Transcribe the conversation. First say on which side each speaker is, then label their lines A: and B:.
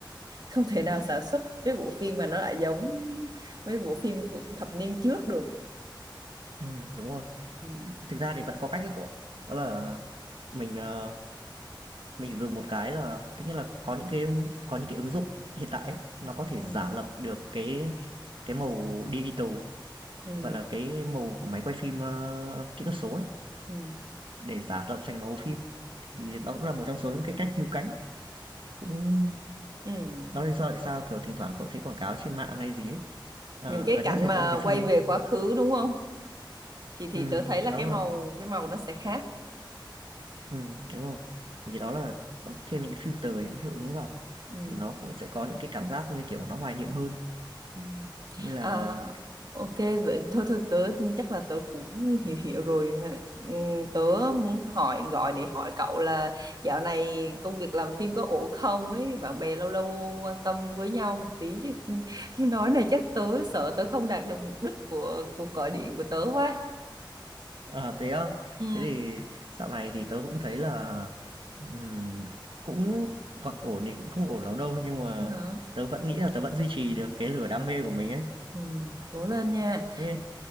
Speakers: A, on the right (about 55°); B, on the right (about 85°).
A: không thể nào sản xuất cái bộ phim mà nó lại giống mấy bộ phim của thập niên trước được.
B: ừm, đúng rồi.
A: Ừ.
B: Thực ra thì vẫn có cách đấy cậu, đó là mình, ờ, mình dùng một cái là tất nhiên là có những cái có những cái ứng dụng hiện tại ấy, nó có thể
A: Ừ.
B: giả lập được cái cái màu digital
A: Ừ.
B: gọi là cái màu của máy quay phim ờ, kỹ thuật số ấy
A: Ừ.
B: để giả tạo thành màu phim thì đó cũng là một trong số những cái cách cứu cánh cũng
A: Ừ.
B: đó là lý do tại sao kiểu thỉnh thoảng cậu thấy quảng cáo trên mạng hay gì ấy Ờ,
A: Những cái
B: gần
A: cảnh
B: nhất là
A: mà
B: có một cái phim
A: quay về quá khứ đúng không? Thì thì
B: ừ,
A: tớ thấy là
B: nó
A: cái màu
B: là
A: cái màu nó sẽ khác.
B: ừ, đúng rồi thì đó là có thêm những cái filter những cái hiệu ứng vào
A: Ừ.
B: thì nó cũng sẽ có những cái cảm giác như kiểu nó hoài niệm hơn
A: Ừ.
B: như là
A: À, ok vậy thôi thôi tớ chắc là tớ cũng hiểu hiểu rồi Ừ, tớ muốn hỏi gọi để hỏi cậu là dạo này công việc làm phim có ổn không ấy bạn bè lâu lâu quan tâm với nhau một tí chứ <laughs> nói này chắc tớ sợ tớ không đạt được mục đích của cuộc gọi điện của tớ quá
B: À, thế á?
A: ừ
B: Thế thì dạo này thì tớ cũng thấy là ừm, cũng gọi ổn thì cũng không ổn lắm đâu nhưng mà
A: hả
B: tớ vẫn nghĩ là tớ vẫn duy trì được cái lửa đam mê của mình ấy.
A: ừ, cố lên nha
B: Thế